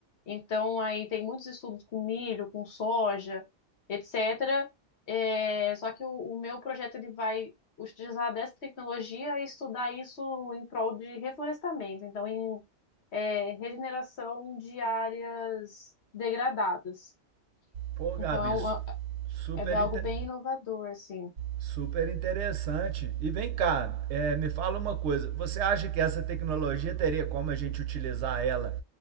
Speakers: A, on the left; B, on the right.
A: Então, aí tem muitos estudos com milho, com soja, etc. É, só que o, o meu projeto ele vai utilizar dessa tecnologia e estudar isso em prol de reflorestamento. Então, em é, regeneração de áreas degradadas.
B: Pô, Gabi,
A: Então, é, uma-
B: super,
A: é é algo
B: inter...
A: bem inovador, assim.
B: super interessante. E vem cá, é, me fala uma coisa. Você acha que essa tecnologia teria como a gente utilizar ela